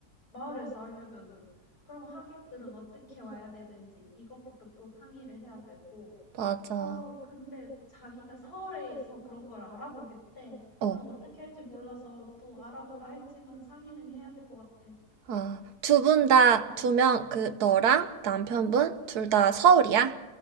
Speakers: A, on the left (about 75°); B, on the right (about 80°).
A: 마을에서 하려면은 그럼 하객들은 어떻게 와야 되는지 이것부터 또 상의를 해야 되고
B: 맞아.
A: 어 근데 자기가 서울에서 그런 걸 알아보겠대. 그냥
B: 어,
A: 어떻게 할지 몰라서 또 알아보라 했지만 상의는 해야 될 것 같아.
B: 어, 두분 다, 두 명, 그, 너랑 남편분? 둘 다 서울이야?